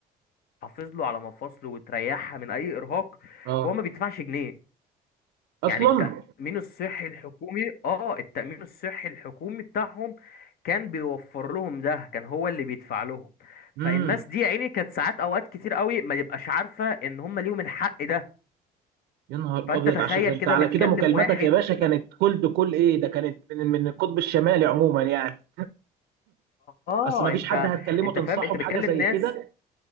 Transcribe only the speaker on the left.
وتحافظ له على مفاصله وتريحها من اي ارهاق
وهو ما بيدفعش جنيه
يعني التأمين الصحي الحكومي اه التأمين الصحي الحكومي بتاعهم كان بيوفر لهم ده كان هو اللي بيدفع لهم
فالناس دي يا عيني كانت ساعات اوقات كتير قوي ما تبقاش عارفة ان هم ليهم الحق ده
فانت
تخيل
كده
بتكلم
واحد
اه
انت
انت
فاهم انت
بتكلم
ناس